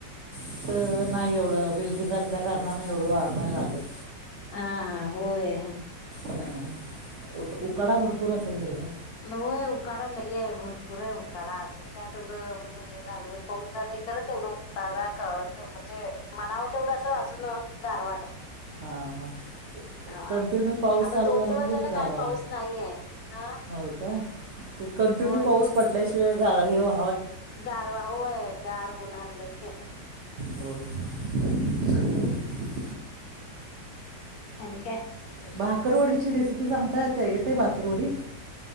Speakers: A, on the right; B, on the left.
A: इथ नाही एवढं बिल्डिंग असल्या कारणानंह एवढं वारं नाही लागत
B: हा, हा होय
A: ह अ ब उकाडा भरपूर असेल तिकडं
B: हो हो उकाडा लई हाय भरपूर.... पुरे उकाडा अजून काय तेवढं म्हणजे हे झालं नाही पाऊसच झालय खंर तेवढं उकाडा कवातर... म्हणजे मनाव तेवढं अस अजून गारवा नाही...
A: हा हा...
B: अ
A: कंटिन्यू पाऊस
B: आता
A: चालू
B: दोन
A: झाला
B: दिवस
A: म्हणजे ब
B: झालं
A: गार.
B: काय
A: वा
B: पाऊस नाहीये हा
A: हो का कंटिन्यू
B: होय
A: पाऊस
B: दोन
A: पडल्याशिवाय हेवा.
B: गारवा होय गार होणार नाही..
A: हो <unintelligible>
B: अन का
A: भाकरवडीची रेसिपी सांगताय त्या येतय भाकरवडी...